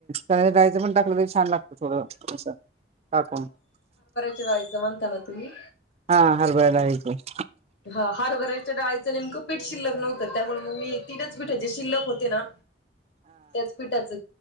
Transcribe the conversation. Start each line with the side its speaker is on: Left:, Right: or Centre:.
Right: राहायचं पण टाखलं तरी छान लागत. थोडं अस टाकून
Left: जायचं म्हणता ना तुम्ही
Right: हा हरबडयत आहे.
Left: हा हार वरायच्या डाळायचं नेमकं पीठ शिल्लक नव्हतं, त्यामुळे मग मी तीनच पीठाचेे शिल्लक होते ना त्याच पीठाचं